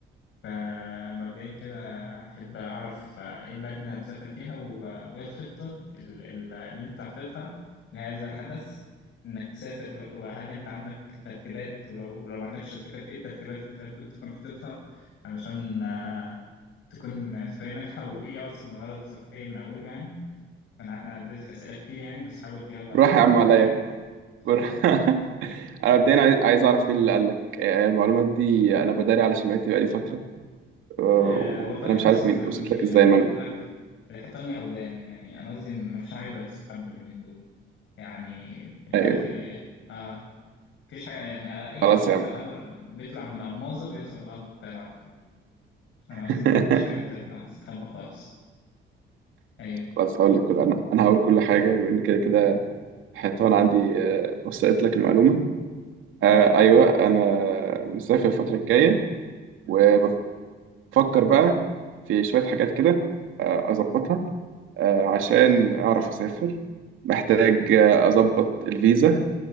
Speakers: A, on the left; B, on the right.
A: فمبدئيا كده أحب أعرف آه، إيه البلد اللي هتسافر فيها و- وإيه الخطة ال- ال- اللي أنت حاططها لهذا الحدث إنك تسافر و- وهل أنت عندك ترتيبات ولو ولو ما عندكش ترتيبات إيه الترتيبات اللي أنت المفروض تكون حاططها علشان آه، تكون سفرية ناجحة وإيه أصلا غرض السفرية من أوله يعني انا عارف إن انا اديتك اسئله كتير يعني بس حاول تجاوب على
B: روح
A: قد
B: يا
A: ما
B: عم
A: تقدر
B: عليا
A: يعني اتفضل
B: روح. <laughs> انا
A: اتفضل
B: مبدئيا عايز عايز اعرف مين اللي قال لك آه، المعلومات دي انا بداري على سمعتي بقالي فتره آه،
A: أه
B: وانا
A: والله
B: مش
A: بص
B: عارف
A: ما
B: مين وصلت
A: ما فيش
B: لك ازاي
A: يعني
B: المعلومه
A: بقول لك الحيطان ليها ودان يعني انا قصدي ان ما فيش حاجه تقدر تستخبى اليومين دول يعني انت
B: ايوه
A: عارف اه آه، مفيش حاجه يعني على اي
B: خلاص
A: خبر
B: يا عم
A: على خبر بيطلع من الماظه بيوصل لغرب القاهره على طول فانا
B: <laughs>
A: قصدي ان ما فيش حاجه بتطلع تستخبى خالص ايوه
B: خلاص هقول لك كل انا انا هقول كل حاجه بما ان كده كده حيطان عندي آه، وصلت لك المعلومه آه،
A: ايوه
B: ايوه انا مسافر الفتره الجايه وبفكر بقى في شويه حاجات كده آه، اظبطها آه، عشان اعرف اسافر محتاج آه، اظبط الفيزا